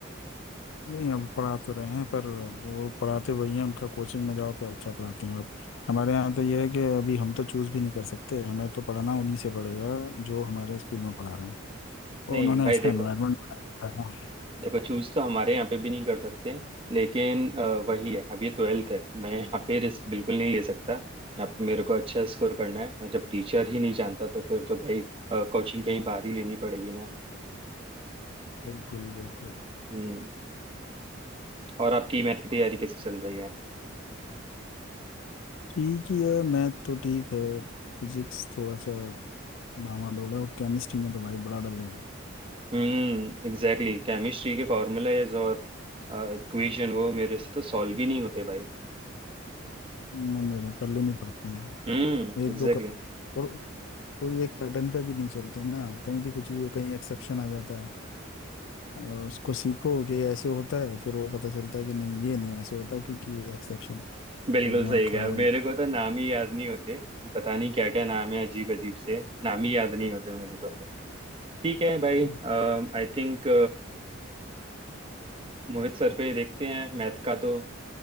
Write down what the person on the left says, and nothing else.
नहीं अब पढ़ा तो रहे हैं पर वो पढ़ाते वही हैं उनका कोचिंग में जाओ तो अच्छा पढ़ाते हैं अब हमारे यहाँ तो ये है कि अभी हम तो चूज भी नहीं कर सकते हमें तो पढ़ना उन्हीं से पड़ेगा जो हमारे स्कूल में पढ़ा रहे हैं और
उन्होंने
ऐसा
एनवायरनमेंट बना रखा है ना
बिल्कुल बिल्कुल
ठीक ही है मैथ तो ठीक है फिजिक्स थोड़ा सा डामाडोल है और केमिस्ट्री में तो भाई बड़ा डर लग रहा
है ना मेरे पल्ले नहीं पड़ते हैं
एक
दो का और कोई एक पैटर्न पे भी नहीं चलते ना कहीं भी कुछ भी कहीं एक्सेप्शन आ जाता है और उसको सीखो कि ये ऐसे होता है फिर वो पता चलता है कि नहीं ये नहीं ऐसे होता क्योंकि ये एक्सेप्शन
दिमाग
खराब
हो जाता
है